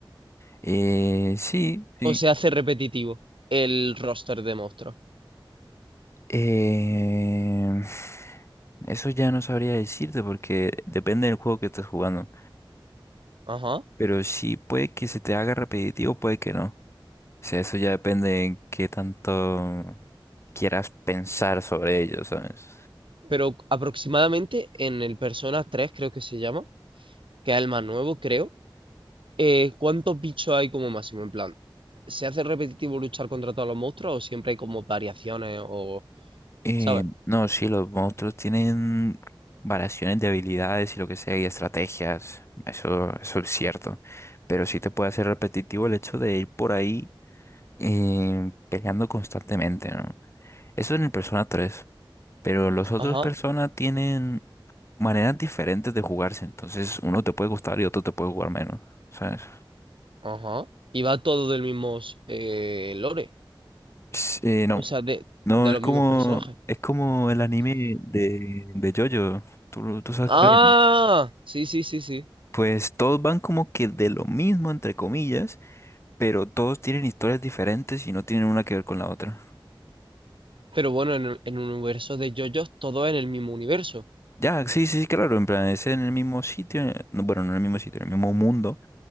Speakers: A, on the left; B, on the right.
A: Eh, sí, sí.
B: O se hace repetitivo el roster de monstruos.
A: Eh, <sighs> eso ya no sabría decirte porque depende del juego que estés jugando.
B: Ajá.
A: Pero sí puede que se te haga repetitivo, puede que no. Sí, eso ya depende en qué tanto quieras pensar sobre ellos, ¿sabes?
B: Pero aproximadamente en el Persona tres creo que se llama, que es el más nuevo, creo. eh, ¿cuántos bichos hay como máximo? En plan, ¿se hace repetitivo luchar contra todos los monstruos o siempre hay como variaciones o,
A: Eh,
B: ¿sabes?
A: no, sí, los monstruos tienen variaciones de habilidades y lo que sea, y estrategias. Eso, eso es cierto. Pero sí te puede hacer repetitivo el hecho de ir por ahí eh, peleando constantemente, ¿no? Eso en el Persona tres Pero los otros
B: Ajá,
A: Persona tienen maneras diferentes de jugarse. Entonces, uno te puede gustar y otro te puede jugar menos, ¿sabes?
B: ajá. Y va todo del mismo eh, lore.
A: Sí, no.
B: O sea, de,
A: No,
B: de
A: es
B: los
A: como,
B: mismos personajes.
A: es como el anime de, de JoJo. ¿Tú, tú sabes
B: Ah,
A: cuál es?
B: sí, sí, sí, sí.
A: Pues todos van como que de lo mismo, entre comillas, pero todos tienen historias diferentes y no tienen una que ver con la otra.
B: Pero bueno, en, el- en un universo de JoJo's, todo es en el mismo universo.
A: Ya, sí, sí, sí, claro, en plan, es en el mismo sitio, eh, no, bueno, no en el mismo sitio, en el mismo mundo,